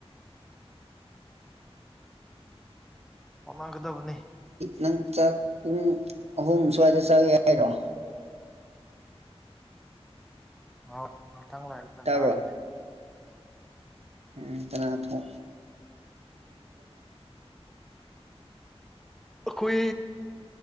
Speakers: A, in the centre; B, on the right.
A: ꯑ ꯑꯣꯒꯗꯕꯅꯤ
B: ꯅꯪꯥꯛ ꯄꯨꯡ ꯑꯍꯨꯝ ꯁ꯭ꯋꯥꯏꯗ ꯆꯪꯒꯦ ꯍꯥꯏꯔꯣ
A: ꯑ ꯉꯥꯛꯊꯥꯡ ꯂꯥꯏꯔꯒ
B: ꯇꯥꯕ꯭ꯔꯣ
A: ꯆꯥꯔꯅꯦ
B: ꯎꯝ ꯀꯅꯥ ꯊꯅꯥꯣ
A: ꯑꯩꯈꯣꯏ